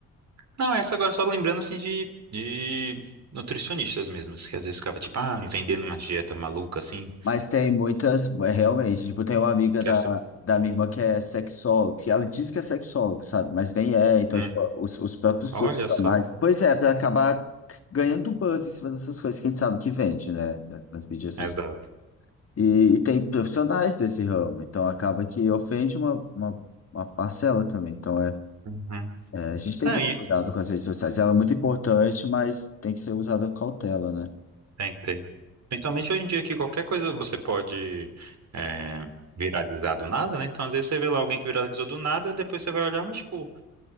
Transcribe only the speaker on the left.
Mas tem muitas, é, realmente, tipo, tem uma amiga
da,
da minha irmã que é sexóloga, que ela diz que é sexóloga, sabe? Mas nem é, então,
tipo, os, os próprios profissionais.
Pois é, para acabar ganhando buzz em cima dessas coisas, quem sabe que vende, né? Nas mídias sociais.
E, e tem profissionais desse ramo, então acaba que ofende uma, uma, uma parcela também. Então, é,
é, a gente tem
que tomar
cuidado com as redes sociais. Ela é muito importante, mas tem que ser usada com cautela, né?